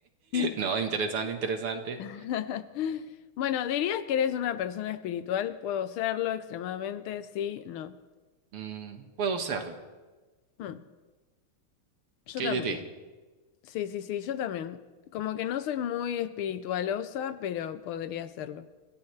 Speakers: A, on the left; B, on the right.
A: Mm.
B: No, interesante, interesante.
A: <laughs> Bueno, ¿dirías que eres una persona espiritual? Puedo serlo extremadamente, sí, no.
B: Mm, puedo usarlo.
A: Hmm, Yo
B: ¿Qué
A: también.
B: hay de ti?
A: Sí, sí, sí, yo también. Como que no soy muy espiritualosa, pero podría serlo.